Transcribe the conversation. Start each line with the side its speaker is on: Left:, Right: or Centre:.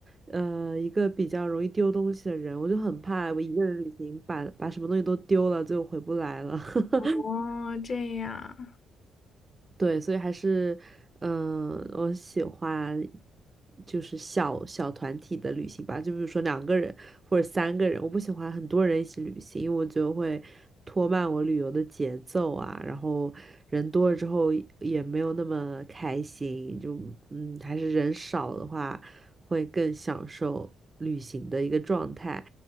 Right: 呃，一个比较容易丢东西的人，我就很怕我一个人旅行把把什么东西都丢了，最后回不来了。<laughs>
Left: 哦，这样。
Right: 对，所以还是，嗯、我喜欢就是小小团体的旅行吧，就比如说两个人或者三个人，我不喜欢很多人一起旅行，因为我觉得会拖慢我旅游的节奏啊，然后人多了之后也没有那么开心，就嗯，还是人少的话会更享受旅行的一个状态。